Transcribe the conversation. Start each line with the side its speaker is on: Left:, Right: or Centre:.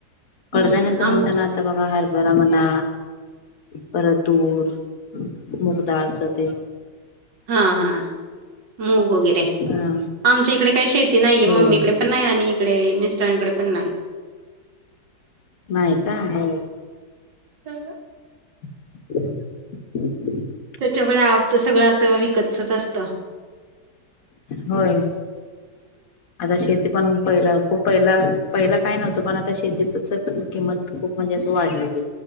Left: कडधान्याचं
Right: हम्म
Left: म्हणताना
Right: आम
Left: आता बघा हरभरा म्हणा. परत तूर, मुगदाळं चं ते
Right: हा हा. मूग वगैरे
Left: हा
Right: आमच्या इकडे काही शेती नाहीये,
Left: हो
Right: मम्मीकडे पण नाही आणि ईकडे मिस्टरांकडे पण नाही.
Left: नाही का हो.
Right: का गं?
Left: <unintelligible>
Right: त्याच्यामुळे आमच सगळं असं विकतच असत.
Left: होय, आता शेती पण पहिला खूप पहिला पहिला काय नव्हतं, पण आता शेतीच पण किंमत खूप म्हणजे असं वाढलेली.